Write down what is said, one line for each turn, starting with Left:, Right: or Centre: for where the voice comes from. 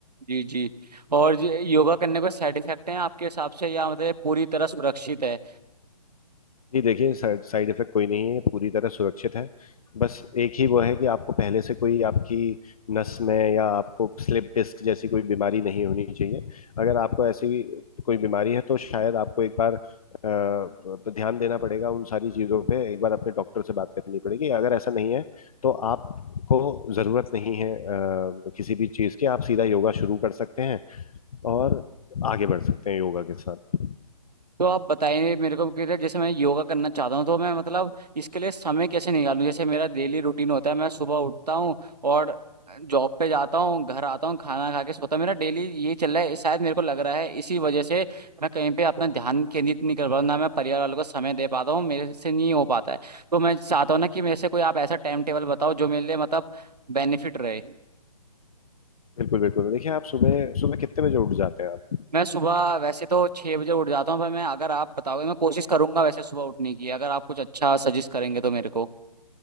Right: जी जी और ये योगा करने को साइड इफेक्ट हैं आपके हिसाब से या मतलब ये पूरी तरह सुरक्षित है
Left: जी देखिए साइड साइड इफेक्ट कोई नहीं है ये पूरी तरह सुरक्षित है बस एक ही वो है कि आपको पहले से कोई आपकी नस में या आपको स्लिप डिस्क जैसी कोई बीमारी नहीं होनी चाहिए अगर आपको ऐसी कोई बीमारी है तो शायद आपको एक बार अ, ध्यान देना पड़ेगा उन सारी चीजों पे एक बार अपने डॉक्टर से बात करनी पड़ेगी अगर ऐसा नहीं है तो आपको जरूरत नहीं है अ, किसी भी चीज की आप सीधा योगा शुरू कर सकते हैं और आगे बढ़ सकते हैं योगा के साथ
Right: तो आप बताइए मेरे को कि जैसे मैं योगा करना चाहता हूँ तो मैं मतलब इसके लिए समय कैसे निकालूं जैसे मेरा डेली रूटीन होता है मैं सुबह उठता हूँ और जॉब पे जाता हूँ घर आता हूँ खाना खा के सोता हूँ। मेरा डेली ये चल रहा है शायद मेरे को लग रहा है इसी वजह से मैं कहीं पे अपना ध्यान केंद्रित नहीं कर पा रहा हूं, ना मैं परिवार वालों को समय दे पाता हूँ मेरे से नहीं हो पाता है तो मैं चाहता हूँ ना कि मेरे से कोई आप ऐसा टाइम टेबल बताओ जो मेरे लिए मतलब बेनिफिट रहे
Left: बिल्कुल बिल्कुल देखिए आप सुबह सुबह कितने बजे उठ जाते हैं आप
Right: मैं सुबह वैसे तो छह बजे उठ जाता हूँ पर मैं अगर आप बताओगे मैं कोशिश करूंगा वैसे सुबह उठने की अगर आप कुछ अच्छा सजेस्ट करेंगे तो मेरे को